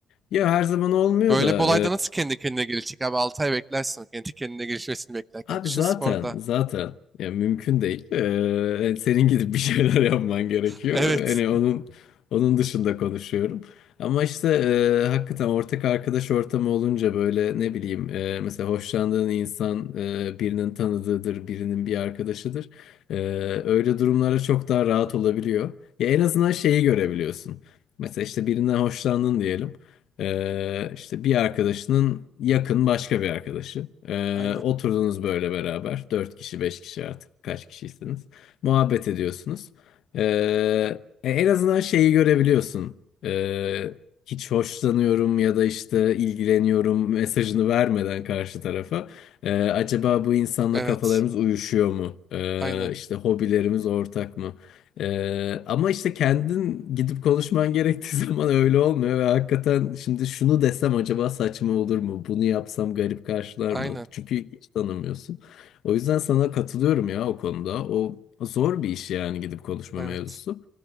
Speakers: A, on the left (about 80°); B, on the right (about 15°).
A: ya her zaman olmuyor
B: Böyle
A: da
B: bir olayda nasıl kendi kendine gelişecek abi? altı ay beklersin. Kendi kendine gelişmesini beklerken.
A: Abi
B: Düşün
A: zaten
B: sporda.
A: zaten ya mümkün değil. Ee, senin gidip bir şeyler <laughs> yapman gerekiyor.
B: <laughs> Evet.
A: Hani onun onun dışında konuşuyorum. Ama işte e, hakikaten ortak arkadaş ortamı olunca böyle ne bileyim e, mesela hoşlandığın insan e, birinin tanıdığıdır, birinin bir arkadaşıdır. E, öyle durumlara çok daha rahat olabiliyor. Ya en azından şeyi görebiliyorsun. Mesela işte birinden hoşlandın diyelim. Ee, işte bir arkadaşının yakın başka bir arkadaşı. Ee,
B: Aynen.
A: oturdunuz böyle beraber. Dört kişi, beş kişi artık kaç kişiyseniz. Muhabbet ediyorsunuz. Ee, e, en azından şeyi görebiliyorsun. Ee, hiç hoşlanıyorum ya da işte ilgileniyorum mesajını vermeden karşı tarafa. Ee, acaba bu insanla
B: Evet.
A: kafalarımız uyuşuyor mu? Ee,
B: Aynen.
A: işte hobilerimiz ortak mı? Ee, ama işte kendin gidip konuşman gerektiği <laughs> zaman öyle olmuyor ve hakikaten şimdi şunu desem acaba saçma olur mu? Bunu yapsam garip karşılar
B: Aynen.
A: mı? Çünkü hiç tanımıyorsun. O yüzden sana katılıyorum ya o konuda. O zor bir iş yani gidip konuşma
B: Evet.
A: mevzusu.